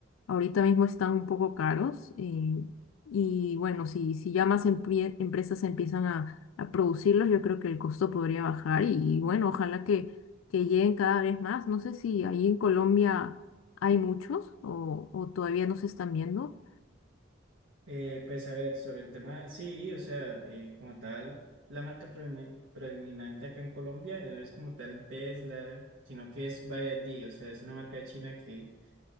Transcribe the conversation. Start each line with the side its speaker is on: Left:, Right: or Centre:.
Left: ahorita mismo están un poco caros eh, y bueno, si, si ya más emprie- empresas empiezan a, a producirlos, yo creo que el costo podría bajar y, y bueno, ojalá que, que lleguen cada vez más. No sé si ahí en Colombia hay muchos o, o todavía no se están viendo.
Right: Eh, pues a ver, sobre el tema, sí, o sea, eh, como tal, la marca predomi- predominante acá en Colombia eh, no es como tal Tesla, sino que es BYD, o sea, es una marca de china que